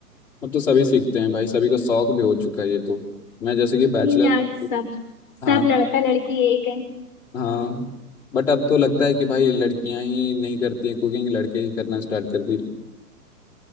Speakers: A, in the centre; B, on the left.
A: अब तो सभी सीखते हैं भाई सभी का शौक भी हो चुका है ये तो मैं जैसे कि बैचलर
B: नहीं यार सब
A: हाँ
B: सब लड़का लड़की एक है
A: हाँ बट अब तो लगता है कि भाई लड़कियां ही नहीं करती हैं कुकिंग लड़के ही करना स्टार्ट कर दी